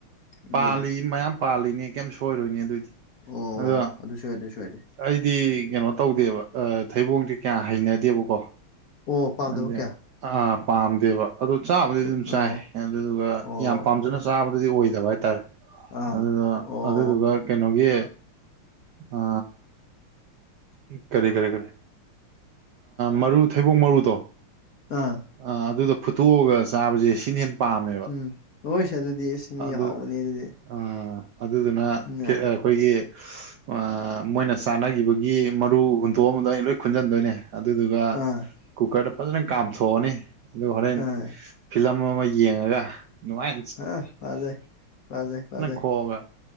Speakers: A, on the left; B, on the right.
A: ꯑꯗꯨꯅꯦ
B: ꯄꯥꯜꯂꯤ ꯃꯌꯥꯝ ꯄꯥꯜꯂꯤꯅꯦ ꯀꯩꯝ ꯁꯣꯏꯔꯣꯏꯅꯦ ꯑꯗꯨꯏꯗꯤ
A: ꯑꯣ
B: ꯑꯗꯣ
A: ꯑꯗꯨꯁꯨ ꯑꯗꯨꯁꯨ <unintelligible>
B: ꯑꯩꯗꯤ ꯀꯩꯅꯣ ꯇꯧꯗꯦꯕ ꯑꯥ ꯊꯩꯕꯣꯡꯗꯤ ꯀꯌꯥ ꯍꯩꯅꯗꯦꯕꯀꯣ
A: ꯑꯣ ꯄꯥꯝꯗꯕ
B: ꯑꯗꯤ
A: ꯀꯌꯥ
B: ꯑꯥ ꯄꯥꯝꯗꯦꯕ ꯑꯗꯣ ꯆꯥꯕꯗꯤ
A: ꯈꯣꯏ-
B: ꯑꯗꯨꯝ ꯆꯥꯏ
A: ꯑꯣ
B: ꯑꯗꯨꯗꯨꯒ
A: ꯑꯣ
B: ꯌꯥꯝ ꯄꯥꯝꯖꯅ ꯆꯥꯕꯗꯨꯗꯤ ꯑꯣꯏꯗꯕ ꯍꯥꯏꯇꯥꯔꯦ
A: ꯑꯥ
B: ꯑꯗꯨꯗ
A: ꯑꯣ
B: ꯑꯗꯨꯗꯨꯒ ꯀꯩꯅꯣꯒꯤ ꯑ ꯀꯔꯤ ꯀꯔꯤ ꯀꯔꯤ ꯃꯔꯨ ꯊꯩꯕꯣꯡ ꯃꯔꯨꯗꯣ
A: ꯑꯥ
B: ꯑ ꯑꯗꯨꯗꯣ ꯐꯨꯠꯇꯣꯛꯑꯒ ꯆꯥꯕꯁꯦ ꯁꯤꯅ ꯍꯦꯟ ꯄꯥꯝꯃꯦꯕ
A: ꯎꯝ ꯍꯣꯏꯁ ꯑꯗꯨꯗꯤ ꯑꯦꯁ ꯃꯤ
B: ꯑꯗꯨ
A: ꯍꯥꯎꯕꯅꯤ ꯑꯗꯨꯗꯤ
B: ꯑ ꯑꯗꯨꯗꯨꯅ
A: ꯎꯝ
B: ꯑꯩꯈꯣꯏꯒꯤ
A: ꯑꯥ
B: ꯑꯥ ꯃꯣꯏꯅ ꯆꯥꯅꯈꯤꯕꯒꯤ ꯃꯔꯨ ꯍꯨꯟꯗꯣꯛ ꯑꯝꯕꯗꯣ ꯑꯩꯅ ꯂꯣꯏ ꯈꯨꯟꯖꯟꯗꯣꯏꯅꯦ ꯑꯗꯨꯗꯨꯒ
A: ꯑꯥ
B: ꯀꯨꯀꯔꯗ ꯐꯖꯟꯅ ꯀꯥꯝꯊꯣꯛꯑꯅꯤ ꯑꯗꯨꯒ ꯍꯣꯔꯦꯟ
A: ꯑꯥ
B: ꯐꯤꯂꯝ ꯑꯃ ꯌꯦꯡꯉꯒ ꯅꯨꯡꯉꯥꯏ
A: ꯑꯥ ꯐꯖꯩ ꯐꯖꯩ ꯐꯖꯩ
B: ꯈꯣꯛꯑꯒ